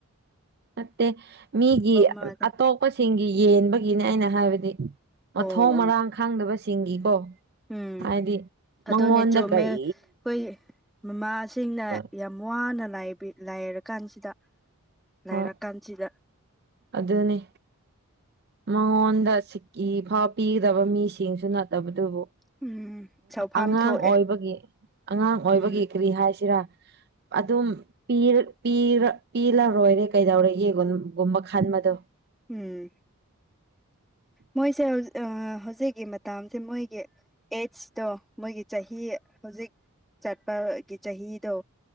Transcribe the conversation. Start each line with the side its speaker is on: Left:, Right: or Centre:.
Right: ꯅꯠꯇꯦ ꯃꯤꯒꯤ
Centre: ꯃꯥꯗ
Right: ꯑꯇꯣꯞꯄꯁꯤꯡꯒꯤ ꯌꯦꯟꯕꯒꯤꯅꯦ ꯑꯩꯅ ꯍꯥꯏꯕꯗꯤ꯫ ꯃꯊꯣꯡ
Centre: ꯑꯣ ꯑꯣ
Right: ꯃꯔꯥꯡ ꯈꯪꯗꯕꯁꯤꯡꯒꯤꯀꯣ꯫
Centre: ꯎꯝ
Right: ꯍꯥꯏꯗꯤ
Centre: ꯑꯗꯨ
Right: ꯃꯉꯣꯟꯗ
Centre: ꯆꯨꯝꯃꯦ
Right: ꯀꯔꯤ
Centre: ꯑꯩꯈꯣꯏ ꯃꯃꯥꯁꯤꯡꯅ
Right: ꯍꯣꯏ
Centre: ꯌꯥꯝ ꯋꯥꯅ ꯂꯥꯏꯕꯤ ꯂꯥꯏꯔ ꯀꯥꯟꯁꯤꯗ ꯂꯥꯏꯔ
Right: ꯍꯣꯏ
Centre: ꯀꯥꯟꯁꯤꯗ
Right: ꯑꯗꯨꯅꯤ꯫ ꯃꯉꯣꯟꯗ ꯁꯤꯀꯤ ꯐꯥꯎ ꯄꯤꯒꯗꯕ ꯃꯤꯁꯤꯡꯁꯨ ꯅꯠꯇꯕꯗꯨꯕꯨ꯫
Centre: ꯎꯝ ꯁꯧꯐꯥꯝ
Right: ꯑꯉꯥꯡ
Centre: ꯊꯣꯛꯑꯦ
Right: ꯑꯣꯏꯕꯒꯤ ꯑꯉꯥꯡ ꯑꯣꯏꯕꯒꯤ
Centre: ꯎꯝ
Right: ꯀꯔꯤ ꯍꯥꯏꯁꯤꯔꯥ ꯑꯗꯨꯝ ꯄꯤꯔꯥ ꯄꯤꯔꯥ ꯄꯤꯔꯥ ꯂꯣꯏꯔꯦ ꯀꯩꯗꯧꯔꯒꯦ ꯑꯗꯨꯒꯨꯝꯕ ꯈꯟꯕꯗꯣ꯫
Centre: ꯎꯝ ꯃꯣꯏꯁꯦ ꯍꯧꯖꯤ ꯑ ꯍꯧꯖꯤꯛꯀꯤ ꯃꯇꯁꯦ ꯃꯣꯏꯒꯤ ꯑꯦꯖꯇꯣ ꯃꯣꯏꯒꯤ ꯆꯍꯤ ꯍꯧꯖꯤꯛ ꯆꯠꯄꯒꯤ ꯆꯍꯤꯗꯣ